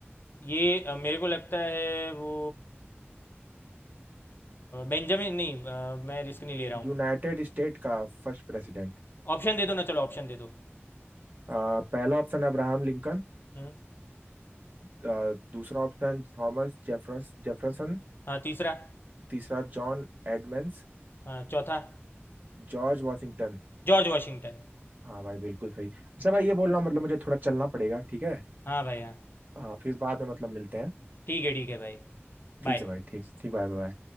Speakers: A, on the left; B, on the right.
A: ये अ, मेरे को लगता है वो बेंजामिन नहीं अ, मैं रिस्क नहीं ले रहा हूँ
B: यूनाइटेड स्टेट का फर्स्ट प्रेसिडेंट
A: ऑप्शन दे दो ना चलो ऑप्शन दे दो
B: पहला ऑप्शन अब्राहम लिंकन
A: हम्म
B: अ, दूसरा ऑप्शन थॉमस जेफरस जेफरसन
A: हाँ तीसरा
B: तीसरा जॉन एडमंड्स
A: हाँ चौथा
B: George Washington
A: George Washington
B: हाँ भाई बिल्कुल सही अच्छा भाई ये बोल रहा हूँ मतलब मुझे थोड़ा चलना पड़ेगा ठीक है
A: हाँ भाई हाँ
B: हाँ फिर बाद में मतलब मिलते हैं
A: ठीक है ठीक है भाई बाय
B: ठीक है भाई ठीक ठीक बाय बाय